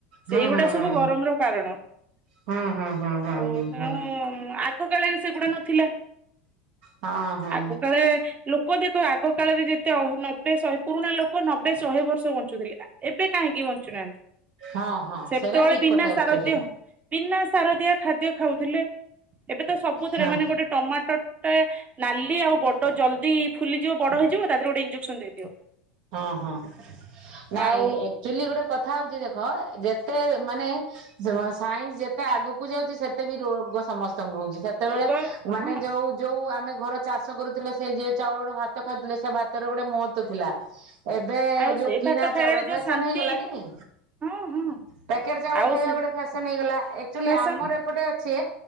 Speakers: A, on the right; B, on the right.
A: ସେଇଗୁଡା
B: ହୁଁ ହୁଁ
A: ସବୁ
B: ହୁଁ
A: ଗରମ ର କାରଣ
B: ହୁଁ ହୁଁ ହୁଁ ହୁଁ ହୁଁ
A: ଆଉ
B: ହୁଁ
A: ତେଣୁ-ଉ-ଉ
B: ହୁଁ
A: ଆ ଆଗ କାଳେରେ ସେଇଗୁଡା ନଥିଲା
B: ହଁ ହଁ
A: ଆଗ କାଳେ ଲୋକ ଦେଖ ଆଗ କାଳରେ ଯେତେ ଅ ନବେ ଶହେ ପୁରୁଣା ଲୋକ ନବେ ଶହେ ବର୍ଷ ବଞ୍ଚୁଥିଲେ। ଏବେ କାହିଁକି ବଞ୍ଚୁନାହାନ୍ତି
B: ହଁ ହଁ
A: ସେତେବେଳେ
B: ସେଇଟା ଠିକ
A: ବିନା
B: କଥା ଆକ୍ଚୁଆଲି
A: ସାରଦୀୟ ବିନା ସାର ଦିଆ ଖାଦ୍ୟ ଖାଉଥିଲେ ଏବେ ତ ସବୁଥିରେ
B: ହଁ
A: ମାନେ ଗୋଟେ ଟମାଟୋ ଟାଏ ନାଲି ଆଉ ବଡ ଜଲ୍ଦି ଫୁଲିଯିବ ବଡ ହେଇଯିବ ତା ଦେହରେ ଗୋଟେ ଇଞ୍ଜେକ୍ସନ ଦେଇଦିଅ।
B: ହଁ ହଁ ନାଇଁ
A: ଆଉ
B: ଆକଚୁଲି ଗୋଟେ କଥା ହଉଛି ଦେଖ ଯେତେ ମାନେ ସାଇନ୍ସ ଯେତେ ଆଗକୁ ଯାଉଛି ସେତେ ବି ରୋଗ ସମସ୍ତଙ୍କୁ ହଉଛି ସେ ତେବେଳେ
A: ରୋଗ
B: ମାନେ
A: ହଁ
B: ଯୋଉ ଯୋଉ ଆମେ ଘର ଚାଷ କରୁଥିଲେ ସେ ଯେ ଚାଉଳର ଭାତ ଖାଉଥିଲେ ସେ ଭାତର ଗୋଟେ ମହତ୍ଵ ଥିଲା। ଏବେ-ଏ-ଏ
A: ଆଉ
B: ଯୋଉ
A: ସେ
B: କିଣା
A: ଭାତ ଖାଇବାରେ
B: ଚାଉଳ ଫେସନ
A: ଯୋଉ ଶାନ୍ତି
B: ହେଇଗଲାଣିନି।
A: ହଁ ହଁ
B: ପ୍ୟାକେଟ୍ ଚାଉଳ
A: ଆଉ
B: ଖାଇବା
A: ସେ
B: ଗୋଟେ ଫ୍ୟାସନ ହେଇଗଲା ଏକଚୁଲି
A: ଫ୍ୟାସନ
B: ଆମର ଏପଟେ ଅଛେ